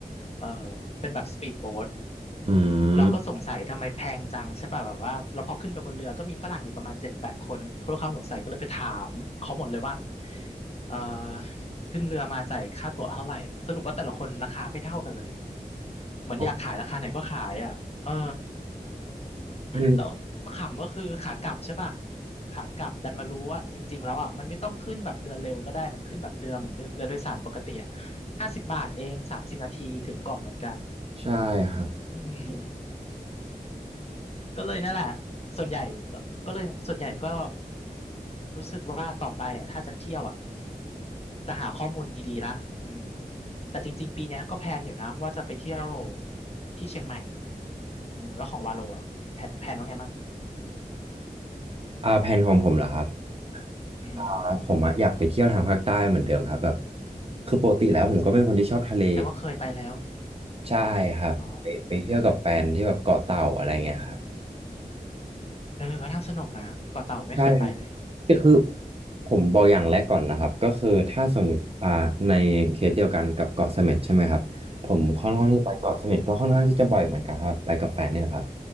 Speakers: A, on the left (about 45°); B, on the right (about 40°).
A: เออเป็นแบบสปีดโบ๊ท
B: อื
A: เราก็สงสัยทำไมแพงจังใช่ป่ะแบบว่าเราพอขึ้นไปบนเรือก็มีฝรั่งอยู่ประมาณเจ็ดแปดคนพวกเขาสงสัยก็เลยไปถามเขาหมดเลยว่า
B: ม
A: เออขึ้นเรือมาจ่ายค่าตั๋วเท่าไหร่สรุปว่าแต่ละคนราคาไม่เท่ากันเลย เหมือนอยากขายราคาไหนก็ขายอ่ะเออ
B: ครับอันนี้
A: แล้วขำก็คือขากลับใช่ป่ะ ขากลับดันมารู้ว่าจริงๆแล้วอ่ะมันไม่ต้องขึ้นแบบเรือเร็วก็ได้มันขึ้นแบบเรือเหมือนเรือเรือโดยสารปกติอ่ะห้าสิบบาทเองสามสิบนาทีถึงเกาะเหมือนกัน
B: ใช่ครับ
A: อืม ก็เลยนั่นแหละส่วนใหญ่ก็เลยส่วนใหญ่ก็รู้สึกว่าต่อไปอ่ะถ้าจะเที่ยวอ่ะจะหาข้อมูลดีๆละอืมแต่จริงๆปีเนี้ยก็แพลนอยู่นะว่าจะไปเที่ยวที่เชียงใหม่อืมแล้วของวาโลอ่ะแพลนแพลนว่าไงบ้าง
B: อ่าแผนของผมเหรอครับ
A: อืม
B: อ่าผมอะอยากไปเที่ยวทางภาคใต้เหมือนเดิมครับแบบคือปกติแล้วผมก็เป็นคนที่ชอบทะเล
A: แสดงว่าเคยไปแล้ว
B: ใช่ครับไปไปเที่ยวกับแฟนที่แบบเกาะเต่าอะไรเงี้ยครับ
A: อ๋อเออก็น่าสนุกนะเกาะเต่าไม่เคยไปเลย
B: ใช่ครับก็คือผมบอกอย่างแรกก่อนนะครับก็คือถ้าสมมติอ่าในเคสเดียวกันกับเกาะเสม็ดใช่ไหมครับผมค่อนข้างที่ไปเกาะเสม็ดก็ค่อนข้างที่จะบ่อยเหมือนกันครับไปกับแฟนเนี่ยแหละครับ
A: อืม